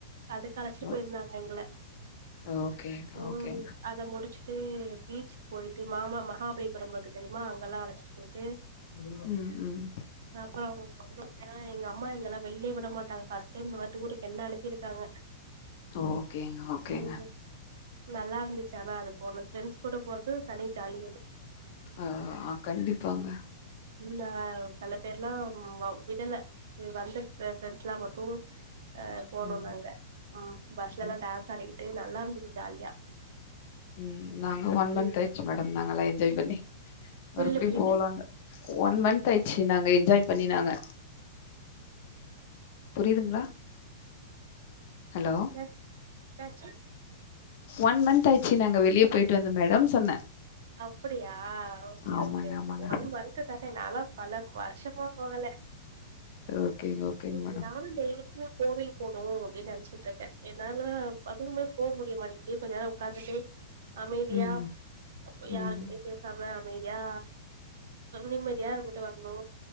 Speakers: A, on the right; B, on the left.
A: அதுக் கு அழச்சிட்டு
B: ஓ
A: போயிருந்தாங்க எங்கள,
B: ஓகேங்க,
A: ம்,
B: ஓகேங்க.
A: அ த முடிச்சுட்டு பீச்சுக்கு போயிட்டு மாமா மகாபலிபுரம் இருக்கு தெரியுமா அங்கெல்லா அழைச்சிட்டு போயிட்டு
B: ம் ம்.
A: அப்பறோ வந்தோ ஏன்னா எங்க அம்மா எங்கள வெளிலயே விட மாட்டாங்க ஃப ஸ்ட் டைம் இந்தமாரி டூருக்கு என்ன அனுப்பியிருக்காங்க,
B: ஓகேங்க, ஓகேங்க.
A: ம் நல்லா இருந்துச்சு ஆனா அது போனோ ஃப்ரெண்ட்ஸ் கூட போறது தனி ஜாலி அது
B: அ ஆ கண்டிப்பாங்க
A: ம், ஆ சில பேர்லா வ விடல சேரி வந்த ஃப்ரெண்ட்ஸ் எல்லா மட்டு அ போனோ
B: ம்,
A: நாங்க ம் பஸ்லலா
B: ம்.
A: டான்ஸ் ஆடிகிட்டு நல்லா இருந்துது ஜாலியா
B: ம், நாங்க ஒன் மந்த்
A: ம்
B: ஆயிடுச்சு மேடம் நாங்கல்லா என்ஜாய் பண்ணி
A: புரில
B: மறுபடியு
A: புரில
B: போவலா இல்ல ஒன் மந்தாயிச்சு நாங்க என்ஜாய் பண்ணி நாங்க புரியுதுங்களா ஹலோ!
A: என்ன என்னாச்சு
B: ஒன் மந்த் ஆயிடுச்சு நாங்க வெளியே போயிட்டு வந்து மேடம் சொன்னே
A: அப்படியா ஓகே
B: ஆமாங்க,
A: ஓகே ஓகே
B: ஆமாங்க.
A: ஒன் மந்த் தானே நான்லா பல வருஷமா போகல
B: ஓகேங்க ஓகேங்க
A: ம்
B: மேடம்
A: நானு டெய்லிக்குமே கோவில் போணு அப்டின்னு நெனைச்சிட்டு இருக்கே என்னால அதுவுமே போவ முடிய மாட்டிங் அப்டியே கொஞ்ச நேரம் உக்காந்துட்டு அமைதியா
B: ம்.
A: அ
B: ம்.
A: யாருக்கிட்டயு பேசாம அமைதியா நிம்மதியா இருந்துட்டு வரணு